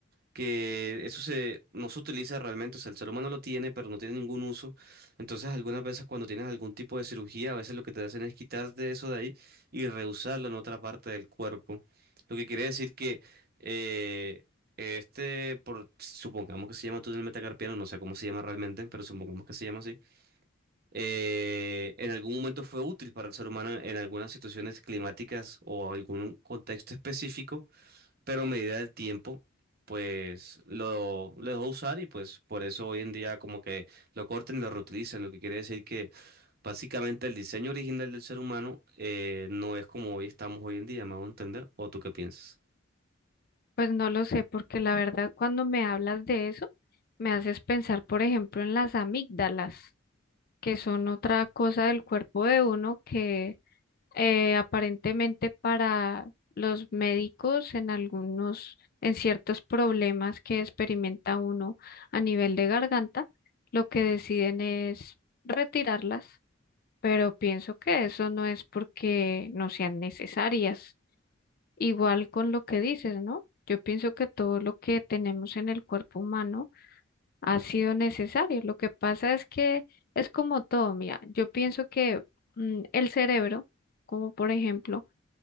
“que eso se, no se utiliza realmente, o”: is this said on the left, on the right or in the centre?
Right